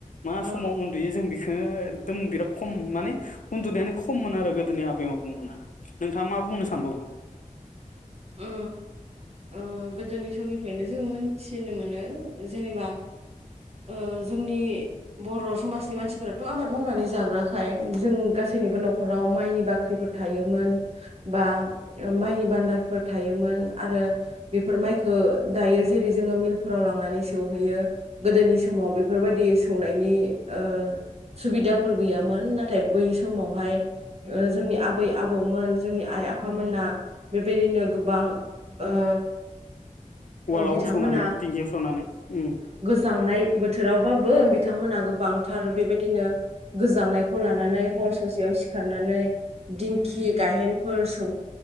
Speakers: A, on the left; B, on the right.
A: मा
B: औ
A: समाव उन्दुयो जों बि खो एकदम बिराद खम माने उन्दुनायानो खममोन आरो गोदोनि आबै आबौमोना। नोंथाङा मा बुंनो सानबावो।
B: ओ ओ गोदोनि समनिफ्रायनो जोङो मोनथिनो मोनो जेनेबा ओ जोंनि बर' समाजनि मानसिफोराथ' आबाद मावनानै जाग्राखाय जों गासैनिबो न'खराव माइनि बाख्रिफोर थायोमोन बा माइनि बान्दार फोर थायोमोन आरो बेफोर माइखो दायो जेरै जोङो मिलफोराव लांनानै सौहैयो गोदोनि समाव बेफोरबायदि सौनायनि ओ सुबिदाफोर गैयामोन नाथाय बै समावहाय ओ जोंनि आबै आबौमोन जोंनि आइ आफ फामोना बे बिदिनो गोबां ओ
A: उवालाव
B: ओ बिथांमोना
A: सौनानै दिंकिआव सौनानै उम।
B: थांनाय बोथोरावबाबो बिथांमोनहा गोबांथार बेबायदिनो गोजांनायखौ लानानै हर ससेयाव सिखारनानै दिंखि गाहेनफोर सौ